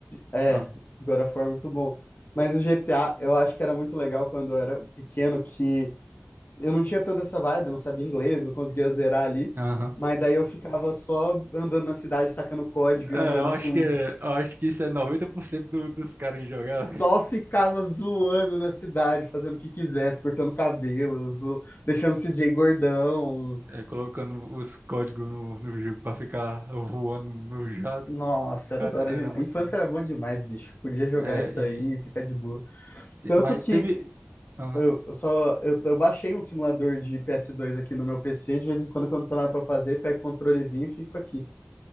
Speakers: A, on the left; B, on the right.
A: É,
B: Ah,
A: God of War é muito bom. Mas o GTA, eu acho que era muito legal quando eu era pequeno, que eu não tinha tanta essa vibe, não sabia inglês, não conseguia zerar ali.
B: aham.
A: Mas daí eu ficava só andando na cidade, tacando código
B: É,
A: e andando
B: eu acho
A: com.
B: que, é- eu acho que isso é 90% do, dos caras que jogaram.
A: Só ficava zoando na cidade, fazendo o que quisesse, cortando cabelo, zo- deixando o CJ gordão.
B: é, colocando os códigos no, no jogo pra ficar voando no jato.
A: Nossa, era
B: Cara,
A: da hora
B: era
A: demais.
B: muito
A: Infância
B: louco.
A: era bom demais, bicho. Podia jogar
B: É,
A: isso
B: e,
A: aí, e ficar de boa.
B: se-
A: Tanto
B: mas
A: que
B: teve. Aham.
A: Eu eu só eu, eu baixei um simulador de ps dois aqui no meu PC, de vez em quando, quando não tô nada pra fazer, pego o controlezinho e fico aqui.